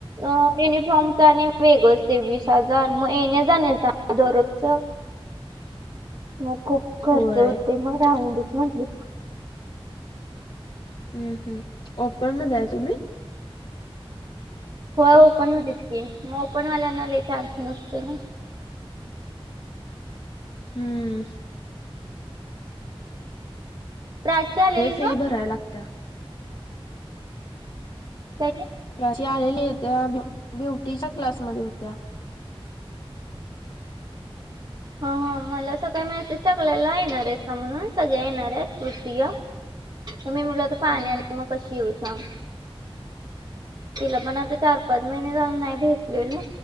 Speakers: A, on the right; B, on the left.
A: अ युनिफॉर्मचा आणि वेग असते वीस हजार मग येणे जाणे दरोजच. मग खूप खर्च
B: होय
A: होते मग राहून देच म्हटले.
B: हम् हम् ओपन मध्ये आहे तुम्ही.
A: हो ओपन मच की मग ओपन वाल्यांना चान्स नसत ना.
B: हम्म.
A: प्राची आलेली
B: फी
A: का
B: भराय लागत.
A: त्या.
B: प्र आलेले हो त्या्या ब्युटीच्या क्लासमध्ये होत्या.
A: हा हा मला असं काय मेसेज टाकलेला येणार आहेस का म्हणून सगळे येणार आहे तृतीय. तर मी मुला तर पाण्याला
B: हम्म
A: मग कशी येऊ सांग. तिला पण आता चार पाच महिने झाले नाही भेटलेलो.